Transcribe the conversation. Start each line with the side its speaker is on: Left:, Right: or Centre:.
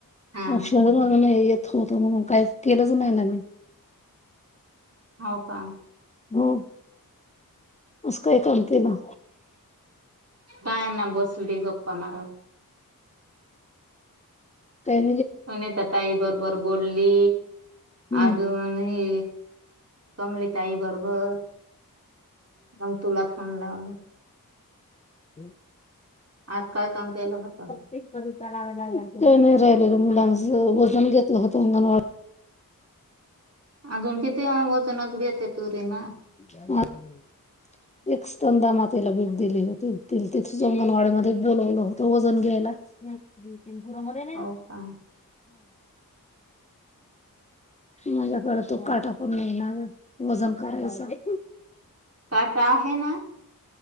Right: हा
Left: औषध न नाही होत म्हणून काही केलंच नाही ना मी
Right: हो का
Left: हो असं काही कामते ना
Right: काय ना बसली गप्पा मारत
Left: काय
Right: सुनेता ताई बरोबर बोलली
Left: हम्म
Right: अजून हि कमली ताई बरोबर मग तुला फोन लावल
Left: म
Right: आज काय काम केलं होत
Left: ते. का नाही राहिले मुलांच वजन घेतलं होतंंगणवा
Right: अजून किती वजनच घेते तुरी म
Left: <unintelligible> एक स्तंदा मातेला बीप दिली होती तिथे अंगणवाडी मध्ये बोलावलं होतं वजन घ्यायला घुरमध्ये नाही.
Right: हो का
Left: माझ्याकडे तो काटा पण मिळणार वजन करायचा दे.
Right: काटा आहे ना